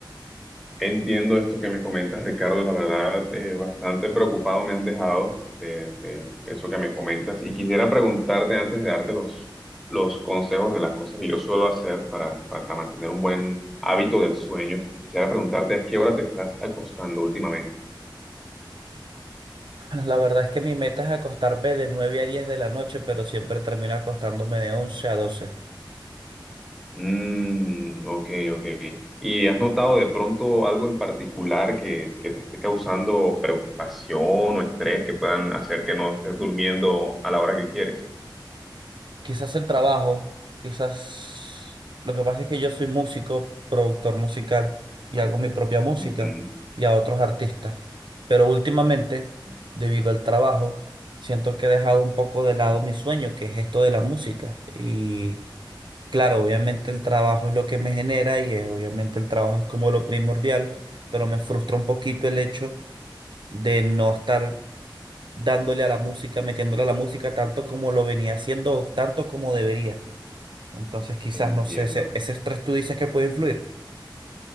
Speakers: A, in the centre; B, on the right.
A: Entiendo esto que me comentas, Ricardo. La verdad, eh, bastante preocupado me has dejado de, de eso que me comentas. Y quisiera preguntarte antes de darte los, los consejos de las cosas que yo suelo hacer para, para mantener un buen hábito del sueño. Quisiera preguntarte a qué hora te estás acostando últimamente.
B: <laughs> La verdad es que mi meta es acostarme de 9 a 10 de la noche, pero siempre termino acostándome de 11 a 12.
A: Mm, ok, ok. ¿Y has notado de pronto algo en particular que, que te esté causando preocupación o estrés que puedan hacer que no estés durmiendo a la hora que quieres?
B: Quizás el trabajo, quizás lo que pasa es que yo soy músico, productor musical y hago mi propia música
A: Ujú,
B: y a otros artistas. Pero últimamente, debido al trabajo, siento que he dejado un poco de lado mi sueño, que es esto de la música. Y claro, obviamente el trabajo es lo que me genera y es- obviamente el trabajo es como lo primordial, pero me frustra un poquito el hecho de no estar dándole a la música, metiéndole a la música tanto como lo venía haciendo o tanto como debería. Entonces quizás,
A: entiendo.
B: no sé, ese, ese estrés tú dices que puede influir.